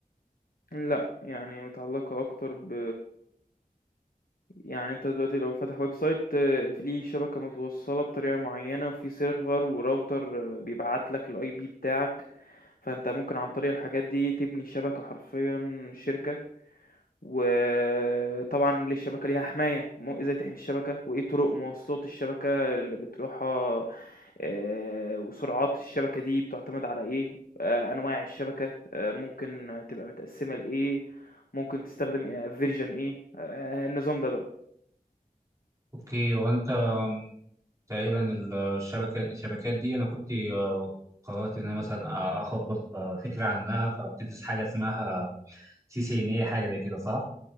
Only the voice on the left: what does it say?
لأ يعني متعلّقة أكتر ب يعني انت دلوقتي لو فاتح ويب سايت آه، في ليه شبكة متوصلة بطريقة معينة وفي سيرفر وراوتر آه، بيبعت لك الاي بي بتاعك فانت ممكن عن طريق الحاجات دي تبني شبكة حرفيا شركة وطبعا للشبكة ليها حماية مو- ازاي تحمي الشبكة وايه طرق مواصلات الشبكة اللي بتروحها آه، وسرعات الشبكة دي بتعتمد على ايه آه، انواع الشبكة آه، ممكن تبقى متقسمة لايه ممكن تستخدم فيرجن ايه آه، النظام ده بقى